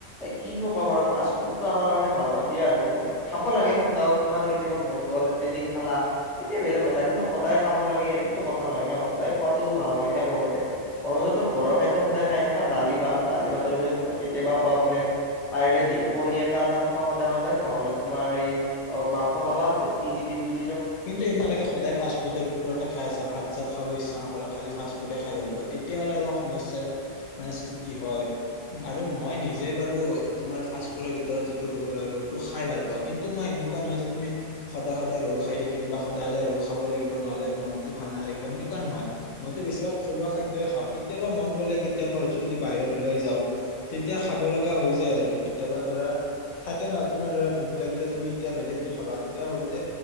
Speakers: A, in the centre; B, on the left (about 75°).
A: কিনো কম আৰু। ফাষ্টফুডটো আমাৰ কাৰণে ভাল নহয় দিয়া। আৰু মানে খাব লাগে সপ্তাহত তোমাৰ কেতিয়াবা মন গ'ল এদিন খালা। তেতিয়া বেলেগ কথা। কিন্তু সদায় খাব লাগে সেইটোতো কথা নহয় ন। সদায় খোৱাতো ভাল নহয় দিয়া মোৰ মতে। মোৰ মতেতো ঘৰৰ খাদ্য সদায় খাই থকা। দালি, ভাত দালি ভাতৰ পিছত কেতিয়াবা অ, মানে পাৰিলে কণী এটা এটা খাবা সদায় সদায় নহ'লে তোমাৰ এই, অ মাংস খাবা। তিনিদিন দুদিন
B: কিন্তু এনেকুৱা নালাগে সদায় ফাষ্টফুডৰ ওপৰতে খাই আছা। ভাত চাত খাব ইচ্ছা নক খালি ফাষ্ট্ৰ ফুডে খাই ভাল পোৱা। তেতিয়ালে অলপ সমস্যাৰ মানে সৃষ্টি হয়। আৰু মই নিজে বাৰু তোমাৰ ফাষ্ট ফুডৰ ভিতৰত যিটো ৰোল হয় ৰলটো খাই ভাল পাওঁ। কিন্তু মই এনেকুৱা নহয় যে তুমি সদায় সদায় ৰোল খাই থাকি কিমা সদায় সদায় ৰোল খাবই লাগিব নহলে মনতটো ভাল নালাগিব সেনেকুৱা নহয়। মইতো বেভাগ থলুৱা খাদ্যয়ই খাওঁ। কেতিয়াবা মন গ'লে কেতিয়াবা হয়তো যদি বাহিৰত ওলাই যাওঁ তেতিয়া খাব লগা হৈ যায় আৰু কেতিয়াবা ধৰা থাকে ন তোমাৰ ধৰা ভোক লাগিলে তুমি এতিয়া বেলেগ কি খাবা কেতিয়াবা ভাবো যে